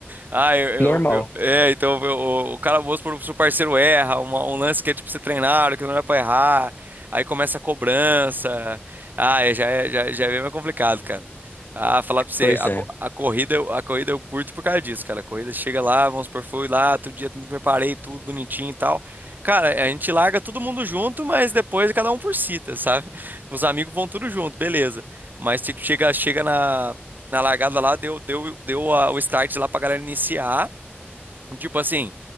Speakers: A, on the right; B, on the left.
A: Ah, eu, eu-
B: Normal.
A: eu- é, então eu- o cara, vamos supor, se o parceiro erra, uma- um lance que é tipo você treinar, que não era pra errar, aí começa a cobrança. Ah, é, já, é- já, já é bem mais complicado, cara. Ah, falar pra você,
B: Pois
A: a,
B: é.
A: co- a corrida, eu- a corrida eu curto por causa disso, cara. A corrida chega lá, vamos supor, fui lá, outro dia me preparei, tudo bonitinho e tal. Cara, a gente larga todo mundo junto, mas depois cada um por si, tá, sabe? Os amigos vão tudo junto, beleza. Mas tipo, chega, chega na, na largada lá, deu, deu, deu a- o start lá pra galera iniciar. Tipo assim,